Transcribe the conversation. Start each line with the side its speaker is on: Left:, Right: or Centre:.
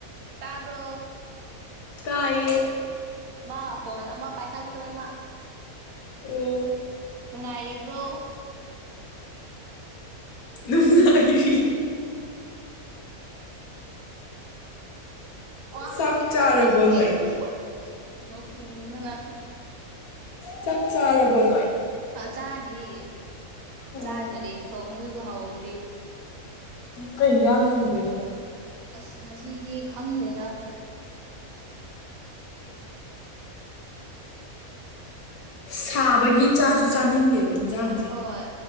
Right: ꯇꯔꯕ
Left: ꯇꯥꯏꯌꯦ
Right: ꯃꯥ ꯐꯣꯟꯣꯟ ꯑꯃ ꯄꯊ ꯁ ꯃꯥ
Left: ꯎꯝ
Right: ꯅꯨꯡꯉꯥꯏꯔꯤꯕ꯭ꯔꯣ
Left: ꯅꯨ ꯑꯩ
Right: ꯋꯥꯉꯥꯡꯉꯏ
Left: ꯆꯥꯛ ꯆꯥꯔꯕꯣ
Right: ꯂꯩꯗꯦꯕꯅ
Left: ꯅꯣꯏ ꯆꯞ ꯆꯥꯔꯕꯣ ꯅꯣꯏ
Right: ꯍꯥ ꯆꯥꯗ꯭ꯔꯤ
Left: ꯑꯣ
Right: ꯆꯥꯗ꯭ꯔꯤ ꯀꯃꯜꯒꯨ ꯍꯥꯎꯗ꯭ꯔꯤ
Left: ꯀꯩ ꯏꯟꯁꯥꯡ ꯊꯣꯡꯗꯣꯏꯅꯣ
Right: ꯑꯁ ꯉꯁꯤꯗꯤ ꯈꯪꯗꯦꯗ
Left: ꯁꯥꯕꯒꯤ ꯆꯥꯁꯨ ꯆꯥꯅꯤꯡꯗꯦꯕ ꯏꯟꯖꯥꯡꯁꯦ
Right: ꯍꯣꯏ